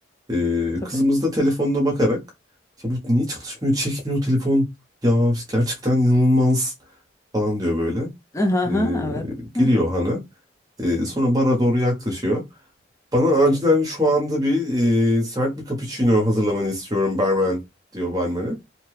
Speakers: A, on the right; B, on the left.
A: E,
B: tabii.
A: Kızımız da telefonuna bakarak ya bu niye çalışmıyor, çekmiyor telefon ya gerçekten inanılmaz falan diyor böyle.
B: Aha,
A: E,
B: evet.
A: Giriyor
B: Hı
A: Hana. E, Sonra bara doğru yaklaşıyor. Bana acilen şu anda bir e, sert bir cappuccino hazırlamanı istiyorum barmen diyor barmene.